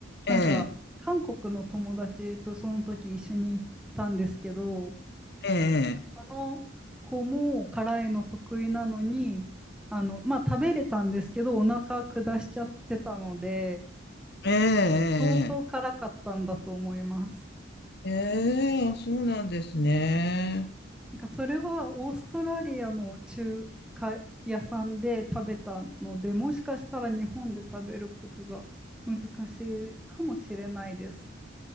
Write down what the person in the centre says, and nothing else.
なんか、
韓国の友達とその時一緒に行ったんですけど、
その子も辛いの得意なのに、あの、まあ、食べれたんですけど、お腹下しちゃってたので、
相当辛かったんだと思います。
なんかそれはオーストラリアの中華屋さんで食べたので、もしかしたら日本で食べることが難しいかもしれないです。